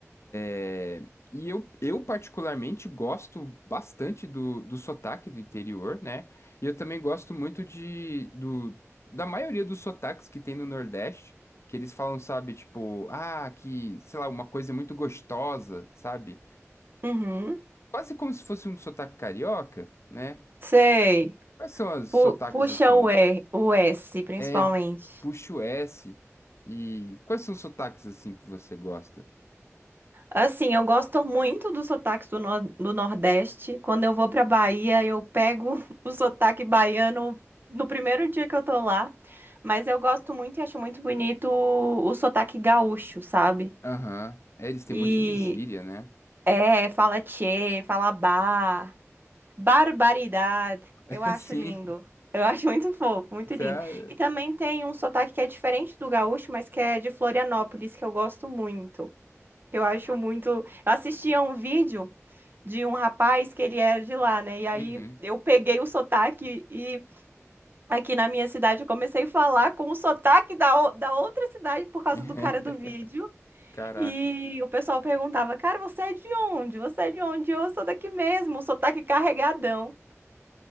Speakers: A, on the left (about 60°); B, on the right (about 45°).
A: É, E eu, eu particularmente gosto bastante do, do sotaque do interior, né? E eu também gosto muito de, do, da maioria dos sotaques que tem no Nordeste, que eles falam, sabe, tipo, ah, que, sei lá, uma coisa muito gostosa, sabe?
B: uhum,
A: Quase como se fosse um sotaque carioca, né?
B: sei.
A: Quais são os
B: Pu-
A: sotaques
B: puxa
A: assim?
B: o E, o S, principalmente.
A: É, puxa o S. E quais são os sotaques assim que você gosta?
B: Assim, eu gosto muito dos sotaques do, nor- do Nordeste. Quando eu vou pra Bahia, eu pego <laughs> o sotaque baiano no primeiro dia que eu tô lá. Mas eu gosto muito e acho muito bonito o, o sotaque gaúcho, sabe?
A: Aham. É, eles têm
B: E
A: um monte de gíria, né?
B: é, fala tchê, fala bah. Barbaridade.
A: <laughs>
B: Eu acho
A: Sim.
B: lindo. Eu <laughs> acho muito fofo, muito
A: Sério.
B: lindo. E também tem um sotaque que é diferente do gaúcho, mas que é de Florianópolis, que eu gosto muito. Que eu acho muito. Eu assisti a um vídeo de um rapaz que ele era de lá, né? E aí
A: Uhum.
B: eu peguei o sotaque e aqui na minha cidade eu comecei a falar com o sotaque da, o- da outra cidade por causa
A: <laughs>
B: do cara do vídeo.
A: Caraca.
B: E o pessoal perguntava: Cara, você é de onde? Você é de onde? Eu sou daqui mesmo, o sotaque carregadão.